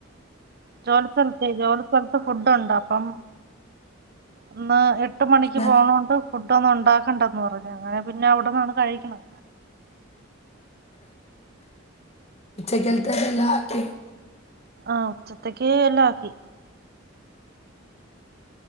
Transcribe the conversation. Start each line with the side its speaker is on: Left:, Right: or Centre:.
Right: ജോലി സ്ഥലത്ത ജോലി സ്ഥലത്ത് ഫുഡുണ്ട അപ്പം ഒന്ന് എട്ട് മണിക്ക്
Left: അന്നേരം
Right: പോണോണ്ട് ഫുഡ ഒന്നും ഉണ്ടാക്കണ്ടന്ന് പറഞ്ഞു അങ്ങനെ പിന്നെ അവിടന്നാണ് കഴിക്കണം
Left: ഉച്ചക്കത്തല്ല ആക്കി
Right: ആഹ ഉച്ചത്തക്ക എല്ല ആക്കി